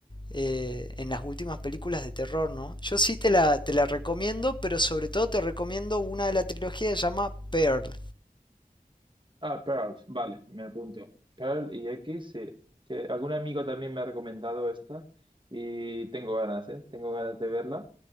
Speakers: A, on the left; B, on the right.
A: eh, en las últimas películas de terror, ¿no? Yo sí te la, te la recomiendo, pero sobre todo te recomiendo una de la trilogía que se llama Pearl,
B: Ah, Pearl, vale, me apunto. Pearl y X, sí. Que algún amigo también me ha recomendado esta y tengo ganas, ¿eh? Tengo ganas de verla